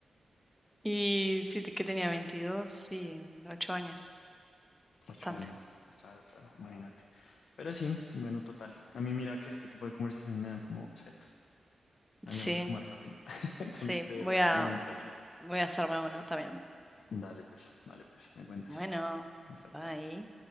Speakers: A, in the centre; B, on the left.
A: Y sí, te- que tenía 22 sí, 8 años,
B: ocho
A: bastante.
B: años. Claro, claro, imagínate. Pero sí, bueno, total. A mí mira que este tipo de conversaciones me dan como sed, dan
A: Sí,
B: ganas de tomar café. <laughs> Entonces
A: sí,
B: te
A: voy
B: dejo
A: a,
B: por el momento y
A: voy a hacerme uno también.
B: dale pues, dale pues, me cuentas.
A: Bueno,
B: Hasta, cuídate.
A: bye.